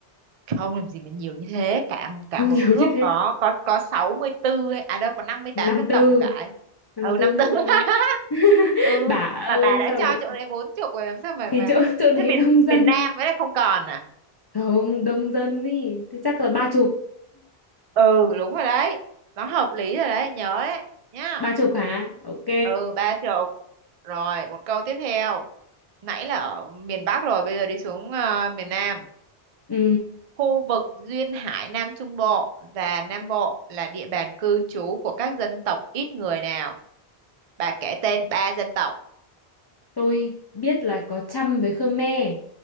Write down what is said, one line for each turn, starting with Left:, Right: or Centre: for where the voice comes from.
Right: Không làm gì mà nhiều như thế, cả
Left: không
Right: cả một
Left: <laughs> nhiều
Right: nước
Left: như thế
Right: có có có 64 hay- à đâu có 58
Left: năm
Right: dân
Left: tư
Right: tộc thì phải.
Left: năm
Right: Ừ
Left: tư
Right: 54.
Left: hay sao
Right: <laughs>
Left: <laughs>
Right: Ừ,
Left: bà
Right: mà
Left: ơi
Right: bà đã
Left: sao
Right: cho
Left: lại-
Right: chỗ đấy bốn chục rồi làm sao mà
Left: thì
Right: mà,
Left: chỗ
Right: mà
Left: chỗ đấy
Right: thế miền
Left: đông dân
Right: miền Nam với lại không còn à?
Left: không đông dân ý thì chắc là ba chục
Right: ừ đúng rồi đấy nó hợp lý rồi đấy nhớ đấy nhá
Left: ba chục hả ok
Right: ừ ba chục rồi một câu tiếp theo nãy là ở miền Bắc rồi bây giờ đi xuống ờ, miền Nam
Left: ừ
Right: khu vực duyên hải Nam Trung Bộ và Nam Bộ là địa bàn cư trú của các dân tộc ít người nào bà kể tên ba dân tộc
Left: Tôi biết là có Chăm với Khmer